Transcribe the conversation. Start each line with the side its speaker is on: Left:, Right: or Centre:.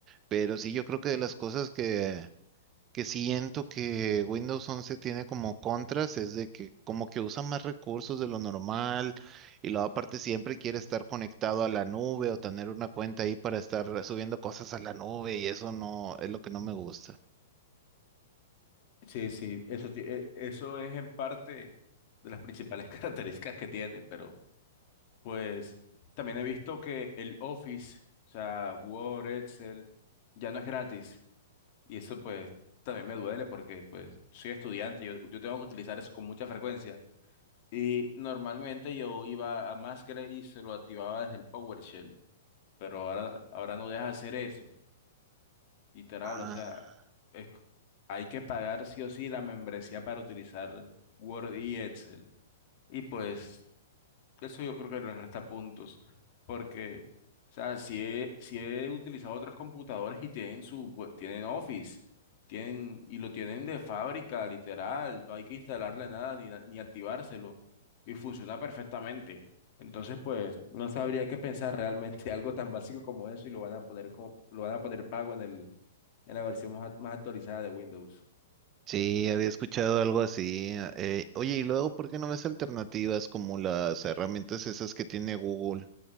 Right: Pero sí, yo creo que de las cosas que que siento que Windows 11 tiene como contras es de que como que usa más recursos de lo normal y luego aparte siempre quiere estar conectado a la nube o tener una cuenta ahí para estar subiendo cosas a la nube y eso no es lo que no me gusta.
Left: Sí, sí, eso, ti- eh, eso es en parte de las principales <laughs> características que tiene, pero pues también he visto que el Office, o sea, Word, Excel, ya no es gratis y eso pues también me duele porque pues soy estudiante, yo, yo tengo que utilizar eso con mucha frecuencia. Y normalmente yo iba a Masgrave y se lo activaba desde el PowerShell pero ahora, ahora no deja hacer eso, literal,
Right: Ah,
Left: o sea, es, c- hay que pagar sí o sí la membresía para utilizar Word y Excel. Y pues eso yo creo que le resta puntos, porque, o sea, si he, si he utilizado otros computadores y tienen su, web- tienen Office, tienen, y lo tienen de fábrica, literal, no hay que instalarle nada ni, na- ni activárselo, y funciona perfectamente. Entonces, pues, no sabría qué pensar realmente <laughs> algo tan básico como eso y lo van a poner como, lo van a poner pago en el, en la versión más, act- más actualizada de Windows.
Right: sí, había escuchado algo así. eh, oye, y luego, ¿por qué no ves alternativas como las herramientas esas que tiene Google?